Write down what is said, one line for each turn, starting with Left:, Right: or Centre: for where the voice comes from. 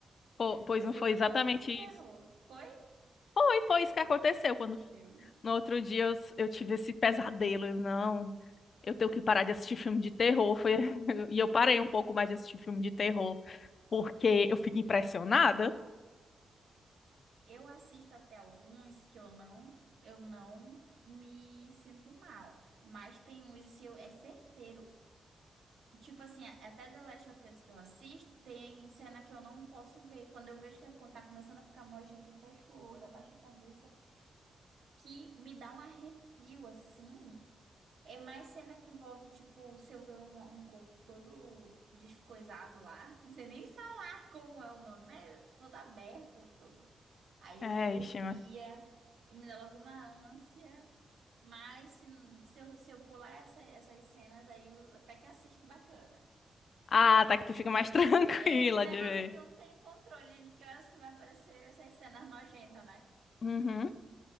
Left: Po-
Right: <laughs>
Left: Pois
Right: Ia ser
Left: não foi
Right: o
Left: exatamente
Right: combo do terror.
Left: isso.
Right: Foi?
Left: Foi, foi isso que aconteceu. Quando
Right: Deus.
Left: no outro dia eu, eu tive esse pesadelo. Eu não, eu tenho que parar de assistir filme de terror. Foi, <laughs> e eu parei um pouco mais de assistir filme de terror, porque eu fico impressionada.
Right: Eu assisto até alguns que eu não, eu não me sinto mal, mas tem uns que eu, é certeiro. Tipo assim, até The Last of Us que eu assisto, tem cena que eu não posso ver. Quando eu vejo que tá começando a ficar nojento, eu fecho o olho, abaixo a cabeça, que me dá um arrepio assim. É mais cena que envolve, tipo, se eu ver um, um corpo todo descoisado lá, não sei nem falar <laughs> como é o nome, mas é todo aberto, todo. Aí
Left: É,
Right: eu me arrepia
Left: ixi, mas-
Right: e me dá logo uma ânsia. Mas se, se eu, se eu pular essa- essas cenas, aí eu até que assisto bacana.
Left: Ah, tá que tu fica mais <laughs> tranquila
Right: É, o negócio
Left: de ver.
Right: é que eu não tenho controle de que horas que vai aparecer essas cenas nojentas, né?
Left: Uhum,